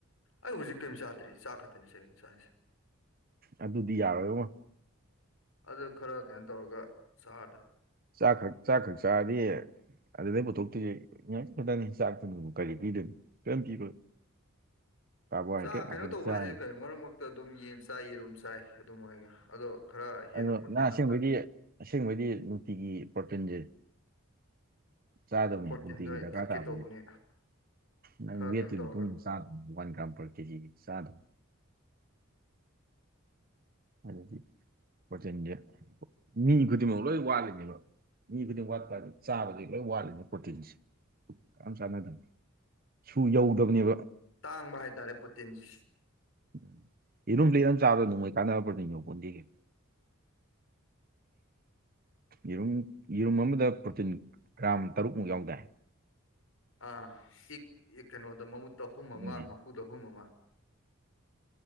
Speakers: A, on the left; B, on the right.
A: ꯑꯩ ꯍꯧꯖꯤꯛ ꯀꯩꯝ ꯆꯥꯗ꯭ꯔꯤ ꯆꯥꯛ ꯈꯛꯇꯅꯤ ꯆꯦꯡ ꯆꯥꯏꯁꯦ
B: ꯑꯗꯨꯗꯤ ꯌꯥꯔꯣꯏꯉꯣ
A: ꯑꯗꯨ ꯈꯔ ꯀꯩꯅꯣ ꯇꯧꯔꯒ ꯆꯥꯔꯗꯝ
B: ꯆꯥꯛꯈꯛ ꯆꯥꯛꯈꯛ ꯆꯥꯔꯗꯤ ꯑꯗꯨꯗꯩ ꯄꯨꯊꯣꯛꯇꯣꯏꯁꯦ ꯉꯥꯏ ꯈꯤꯇꯪꯅꯤ ꯆꯥꯛꯇꯨꯅꯕꯨ ꯀꯔꯤ ꯄꯤꯗꯣꯏꯅꯣ ꯀꯔꯤꯝ ꯄꯤꯔꯣꯏ ꯀꯥꯔꯕꯣꯍꯥꯏꯗ꯭ꯔꯦꯠ
A: ꯆꯥ ꯀꯩꯅꯣ
B: ꯉꯥꯛꯇꯪ
A: ꯇꯧꯕ
B: ꯆꯥꯔꯅꯤ
A: ꯍꯥꯏꯁꯦ ꯀꯩꯅꯣ ꯃꯔꯛ ꯃꯔꯛꯇ ꯑꯗꯨꯝ ꯌꯦꯟ ꯆꯥꯏ ꯌꯦꯔꯨꯝ ꯆꯥꯏ ꯑꯗꯨꯃꯉꯥꯏ ꯀꯩꯅꫭ ꯑꯗꯣ ꯈꯔ ꯍꯦꯟꯅ
B: ꯑꯗꯣ
A: ꯄ꯭ꯔꯣꯇꯤꯟ
B: ꯅꯪ ꯑꯁꯦꯡꯕꯩꯗꯤ
A: ꯑꯝꯇꯪ
B: ꯑꯁꯦꯡꯕꯩꯗꯤ ꯅꯨꯡꯇꯤꯒꯤ ꯄ꯭ꯔꯣꯇꯤꯟꯁꯦ ꯆꯥꯗꯕꯅꯦ
A: ꯄ꯭ꯔꯣꯇꯤꯟꯗꯣ
B: ꯅꯨꯡꯇꯤꯒꯤ
A: ꯑꯩ
B: ꯗꯔꯀꯥꯔ
A: ꯊꯛꯀꯦ
B: ꯇꯥꯕꯅꯦ
A: ꯇꯧꯕꯅꯦ
B: ꯅꯪ
A: ꯈꯔ
B: ꯋꯦꯠꯇꯨꯒꯤ
A: ꯀꯩꯅꯣ ꯇꯧꯔꯒ
B: ꯃꯇꯨꯡ ꯏꯟꯅ ꯆꯥꯗꯧꯅꯤ ꯋꯥꯟ ꯒꯥꯔꯝ ꯄꯔ ꯀꯦꯖꯤꯒꯤ ꯆꯥꯗꯧ ꯑꯗꯨꯗꯤ ꯄ꯭ꯔꯣꯇꯤꯟꯁꯦ ꯃꯤ ꯈꯨꯗꯤꯡꯃꯛ ꯂꯣꯏ ꯋꯥꯠꯂꯤꯅꯦꯕ ꯃꯤ ꯈꯨꯗꯤꯡ ꯋꯥꯠꯄ ꯍꯥꯏꯁꯦ ꯆꯥꯕꯗꯩ ꯂꯣꯏ ꯋꯥꯠꯂꯤꯅꯦ ꯄ꯭ꯔꯣꯇꯤꯟꯁꯦ ꯀꯅꯥꯝ ꯆꯥꯟꯅꯗꯝꯅꯤ ꯁꯨ ꯌꯧꯗꯕꯅꯦꯕ
A: ꯇꯥꯡꯕ ꯍꯥꯏꯇꯥꯔꯦ ꯄ꯭ꯔꯣꯇꯤꯟꯁꯤ
B: ꯎꯝ ꯌꯦꯔꯨꯝ ꯄ꯭ꯂꯦꯠ ꯑꯃ ꯆꯥꯕ ꯅꯣꯡꯃꯩ ꯀꯥꯟꯅꯕ ꯄ꯭ꯔꯣꯇꯤꯟ ꯌꯧꯄꯣꯠꯇꯦ ꯀꯩꯅꫭ ꯌꯦꯔꯨꯝ ꯌꯦꯔꯨꯝ ꯑꯃꯗ ꯄ꯭ꯔꯣꯇꯤꯟ ꯒ꯭ꯔꯥꯝ ꯇꯔꯨꯛꯃꯨꯛ ꯌꯥꯎꯗꯥꯏ
A: ꯑꯥ ꯑꯦꯛ ꯑꯦ ꯀꯩꯅꯣꯗ ꯃꯃꯨꯠꯇꯣ ꯑꯍꯨꯝ
B: ꯑꯗꯨꯅꯤ
A: ꯑꯃ ꯃꯀꯨꯗ ꯑꯍꯨꯝ ꯑꯃ